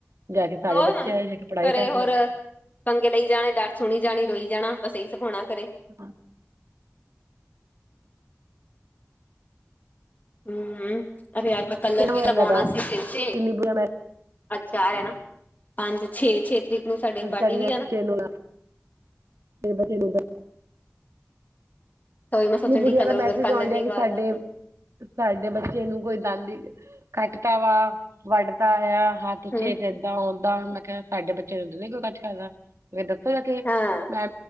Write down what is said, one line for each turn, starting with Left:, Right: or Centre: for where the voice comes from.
Right: ਜਾ ਕੇ ਸਾਰੇ
Left: ਹੋਰ
Right: ਬੱਚੇ
Left: ਨਾ
Right: ਪੜ੍ਹਾਈ
Left: ਘਰੇ
Right: ਕਰਕੇ
Left: ਹੋਰ
Right: ਆਓ।
Left: ਪੰਗੇ ਲਈ ਜਾਣਾ ਡਰ ਸੁਣੀ ਜਾਣੀ ਰੋਈ ਜਾਣਾ ਬਸ ਇਹੀ ਸ਼ੌਕ ਹੋਣਾ ਘਰੇ
Right: ਹਾਂ
Left: ਹੂ ਯਾਰ ਮੈਂ ਕਲਰ
Right: ਬੜਾ ਹੋਇਆ
Left: ਵੀ ਲਗਾਉਣਾ
Right: ਇਹਨਾਂ ਦਾ
Left: ਸੀ ਸਿਰ ਤੇ
Right: ਕਿੰਨੀ ਬੁਰਾ
Left: ਅੱਛਾ ਆ ਹੈਨਾ ਪੰਜ ਛੇ ਛੇ ਤਰੀਕ ਨੂੰ ਸਾਡੇ
Right: ਕੋਿ
Left: ਪਾਰਟੀ
Right: ਕਰੀਏ
Left: ਵੀ ਆ ਨਾ
Right: ਬੱਚੇ ਨੂੰ ਤੇ ਬੱਚੇ ਨੂੰ
Left: ਤਾਂ ਉਹੀ ਮੈਂ ਸੋਚਣ
Right: ਨਹੀਂ ਗੁੜੀਆ
Left: ਡਈ ਕਲਰ
Right: ਦਾ
Left: ਉਲਰ
Right: ਮੈਸੇਜ
Left: ਕਰ
Right: ਆਉਣ
Left: ਲੈਂਦੀ
Right: ਦੇ
Left: ਵਾਲ
Right: ਸਾਡੇ
Left: ਦਾ ਤੇ।
Right: ਸਾਡੇ ਬੱਚੇ ਨੂੰ ਕੋਈ ਦੰਦਾਂ ਨਾਲ ਕੱਟਦਾ ਜਾਂ ਵੱਢਦਾ ਹੈ। ਤੁਸੀਂ
Left: ਹੂੰ,
Right: ਇੱਦਾਂ-ਓਦਾਂ ਨਾ ਕਹੋ ਮੈਂ ਤਾਂ ਕਿਹਾ ਸੀ ਸਾਡੇ ਬੱਚੇ ਨੂੰ ਕੋਈ ਕੁਝ ਕਹਿੰਦਾ ਹੈ ਮੈਂ ਦੱਸਾਂ ਆ ਕੇ
Left: ਹਾਂ
Right: ਮੈਂ